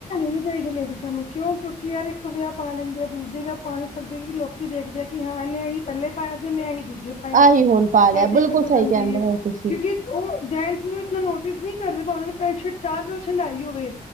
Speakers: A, on the left (about 55°); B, on the right (about 65°).
A: ਨੀ ਚਾਹੀਦੀ ਲੇਡੀਜ਼ਾਂ ਨੂੰ ਕਿਉਂ ਕਿਉਂਕਿ ਯਾਰ ਇੱਕ ਵਿਆਹ ਪਾ ਲੈਂਦੇ ਦੂਜੇ ਵਿਆਹ ਪਾ ਨੀ ਸਕਦੇ ਕਿਉਂਕਿ ਲੋਕ ਕੀ ਦੇਖਦੇ ਆ ਕਿ ਹਾਂ ਇਹਨੇ ਅਹ ਹੀ ਪਹਿਲੇ ਪਾਇਆ ਸੀ ਇਹਨੇ ਅਹ ਹੀ ਦੂਜੇ ਪਾਇਆ
B: ਆਹੀ
A: ਸੀ
B: ਹੁਣ ਪਾ ਲਿਆ
A: ਇਹ ਦਿੱਕਤ
B: ਬਿਲਕੁਲ
A: ਹੋ
B: ਸਹੀ
A: ਜਾਂਦੀ
B: ਕਹਿੰਦੇ
A: ਹੈ।
B: ਹੋ ਤੁਸੀਂ।
A: ਕਿਉਂਕਿ ਉਹ ਜੈਂਟਸ ਨੂੰ ਇਤਨਾ ਨੋਟਿਸ ਨਹੀਂ ਕਰਦੇ ਪਾਵੈ ਉਹ ਨੇ ਪੈਂਟ ਸ਼ਰਟ ਚਾਰ ਫੰਕਸ਼ਨ ਹੰਡਾਈ ਹੋਵੇ।